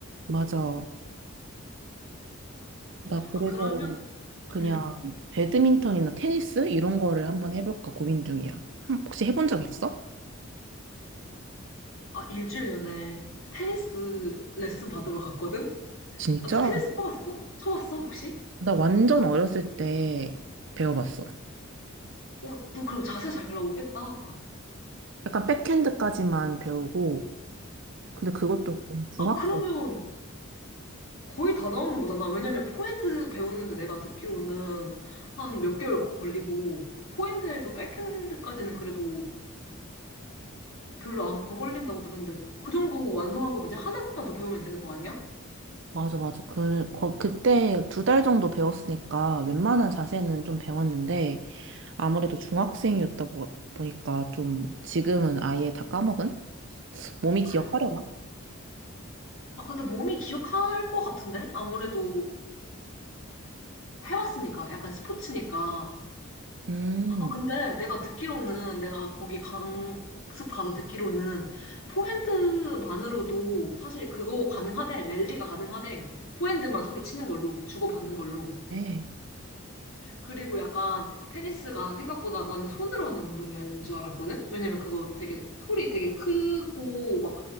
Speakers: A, on the right (about 60°); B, on the left (about 70°).
A: 맞아. 나 그래서
B: 아 그러면
A: 그냥
B: 음나
A: 배드민턴이나 테니스 이런 거를 한번 해볼까 고민 중이야. 한- 혹시 해본 적 있어?
B: 아, 일주일 전에 테니스 레슨 받으러 갔거든.
A: 진짜?
B: 아, 너 테니스 쳐봤어? 쳐봤어 혹시?
A: 나 완전 어렸을 때 배워봤어.
B: 어너 그럼 자세 잘 나오겠다.
A: 약간 백핸드까지만 배우고, 근데 그것도 중학생.
B: 아 그러면 거의 다 나오는 거잖아. 왜냐면 포핸드 배우는데 내가 듣기로는 한 몇 개월 걸리고 포핸드에서 백핸드까지는 그래도 별로 안 걸린다고 들었는데 그 정도 완성한 거면 이제 하나만 더 배우면 되는 거 아니야?
A: 맞아, 맞아. 그, 거, 그때 두 달 정도 배웠으니까 웬만한 자세는 좀 배웠는데, 아무래도 중학생이었다 보, 보니까 좀 지금은 아예 다 까먹은? 몸이 기억하려나?
B: 아, 아, 근데 몸이 기억할 것 같은데? 아무래도 해봤으니까, 약간 스포츠니까.
A: 음,
B: 아, 근데 내가 듣기로는, 내가 거기 강습 가서 듣기로는, 포핸드만으로도 사실 그거 가능하대, 랠리가 가능하대, 포핸드만 서로 치는 걸로, 주고받는 걸로.
A: 네.
B: 그리고 약간 테니스가 생각보다 나는 손으로 하는 운동이었는 줄 알았거든? 왜냐면 그거 되게 소리 되게 크고 막